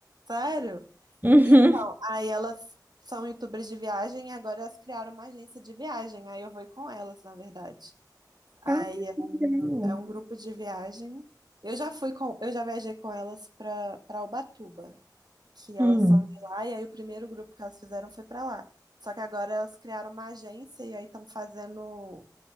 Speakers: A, on the right (about 70°); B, on the right (about 25°).
A: Sério?
B: Uhum.
A: Então, aí elas são youtubers de viagem e agora elas criaram uma agência de viagem. Aí eu vou ir com elas, na verdade. Aí
B: Ah,
A: é um,
B: que legal.
A: é um grupo de viagem. Eu já fui com, eu já viajei com elas para para Ubatuba. que
B: Hum.
A: elas são de lá, e aí o primeiro grupo que elas fizeram foi pra lá. Só que agora elas criaram uma agência e aí estão fazendo